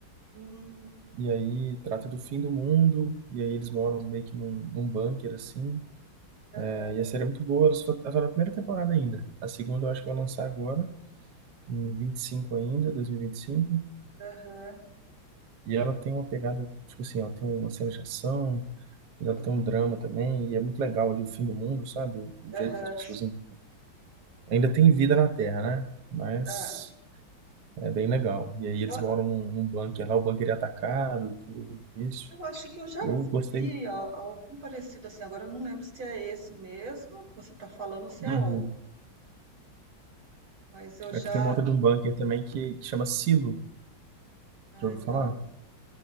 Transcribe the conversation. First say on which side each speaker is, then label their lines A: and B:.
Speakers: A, on the right; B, on the right.
A: Hum,
B: E aí trata do fim do mundo, e aí eles moram meio que num, num bunker, assim. É,
A: aham,
B: e a série é muito boa, ela só tá, ela tá na primeira temporada ainda. A segunda eu acho que vai lançar agora, em 25 ainda, 2025. E vinte e cinco.
A: aham,
B: E ela tem uma pegada, tipo assim, ela tem uma cena de ação, mas ela tem um drama também, e é muito legal ali o fim do mundo, sabe? O, o
A: aham.
B: jeito que as pessoas... en- Ainda tem vida na Terra, né? Mas
A: Ah,
B: é bem legal. E aí eles
A: eu,
B: moram num, num bunker lá, o bunker é atacado, tudo isso.
A: eu acho que eu já
B: Eu gostei.
A: vi al- algum parecido assim. Agora eu não lembro se é esse mesmo que você está falando ou se é
B: Uhum.
A: outro. Mas eu já.
B: Aqui tem uma outra de um bunker também que, que chama Silo.
A: Ah,
B: Já ouviu
A: então.
B: falar?